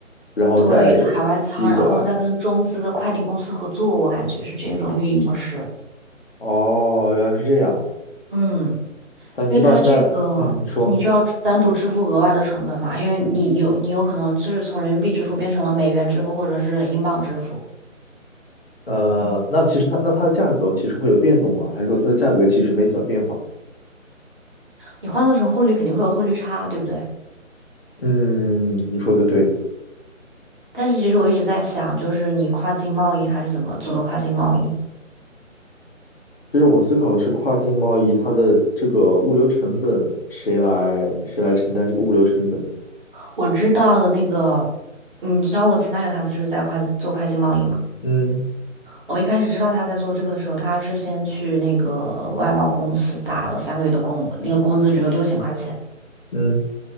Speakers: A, on the left; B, on the right.
A: 然后再寄过来。
B: 对，运到海外仓，然后再跟中资的快递公司合作，我感觉是这种运营模式。
A: 哦，原来是这样。
B: 嗯，
A: 但你知道现在，
B: 因为它这个你就要单独支付额外的成本嘛，
A: 嗯，你说，
B: 因为你有你有可能就是从人民币支付变成了美元支付或者是英镑支付，
A: 呃，那其实它那它的价格其实会有变动吗？还是说它的价格其实没怎么变化？
B: 你换算成汇率肯定会有汇率差啊，对不对？
A: 嗯，你说的对。
B: 但是其实我一直在想，就是你跨境贸易它是怎么做的跨境贸易？
A: 其实我思考的是跨境贸易，它的这个物流成本谁来谁来承担这个物流成本？
B: 我知道的那个，你知道我前男友他不就是在跨境做跨境贸易嘛？
A: 嗯
B: 我一开始知道他在做这个的时候，他是先去那个外贸公司打了三个月的工，那个工资只有六千块钱。
A: 嗯，